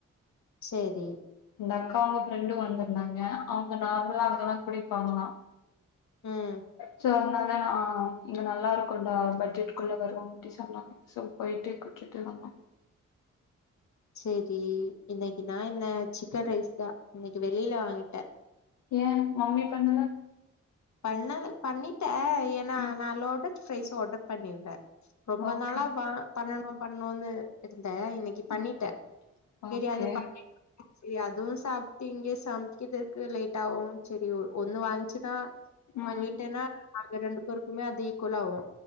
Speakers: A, on the left; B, on the left.
A: சேரி
B: இந்தக்கா அவுங்க ஃப்ரெண்டு வந்துருந்தாங்க அவுங்க நார்மலா அங்கதா குடிப்பாங்களா
A: ம்
B: சோ அதுனால நா இங்க நல்லாருக்குண்டா பட்ஜெட்க்குள்ள வரு அப்டி சொன்னாங்க சோ போயிட்டு குட்ச்சுட்டு வந்தோ
A: சேரி இன்னைக்கு நா என்ன சிக்கன் ரைஸ் தா‌ இன்னைக்கு வெளியில வாங்கிட்டே
B: ஏ மம்மி பண்ணல
A: பண்ணல பண்ணிட்டே எப் நா
B: ம்
A: நா லோடட் பிரைஸ் ஆர்டர் பண்ணிருந்தே ரொம்ப
B: ஓகே
A: நாளா வா பண்ணணு பண்ணுனு இருந்தே இன்னைக்கி பண்ணிட்டே
B: ம்
A: செரி
B: ஓகே
A: அது பண்ண செரி அதுவு சாப்டு இங்க சம்க்கிது இருக்கு லேட் ஆகு செரி ஒண்ணு வன்ச்சுனா வாங்கிட்டேனா
B: ம்
A: அங்க ரெண்டு பேருக்குமே அது ஈக்குவல் ஆவு